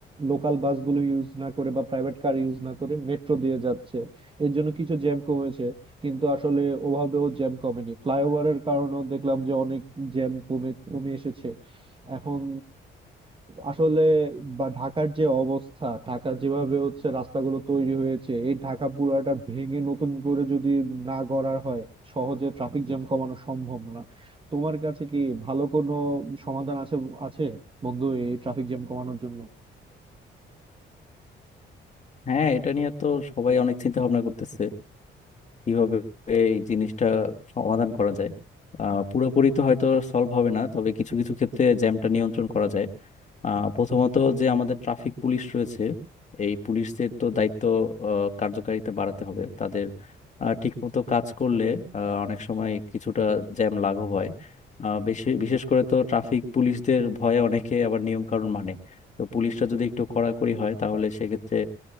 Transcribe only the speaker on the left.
হ্যাঁ এটা নিয়ে তো সবাই অনেক চিন্তা ভাবনা করতেছে কিভাবে এই জিনিসটা সমাধান করা যায় আহ পুরোপুরি তো হয়তো সলভ হবে না তবে কিছু কিছু ক্ষেত্রে জ্যামটা নিয়ন্ত্রণ করা যায় আহ, প্রথমত যে আমাদের ট্রাফিক পুলিশ রয়েছে এই পুলিশদের তো দায়িত্ব আহ, কার্যকারিতা বাড়াতে হবে তাদের আহ, ঠিকমতো কাজ করলে আহ, অনেক সময় কিছুটা জ্যাম লাঘব হয় আহ, বেশি বিশেষ করে তো ট্রাফিক পুলিশদের ভয়ে অনেকে আবার নিয়ম কানুন মানে তো পুলিশটা যদি একটু কড়াকড়ি হয় তাহলে সেক্ষেত্রে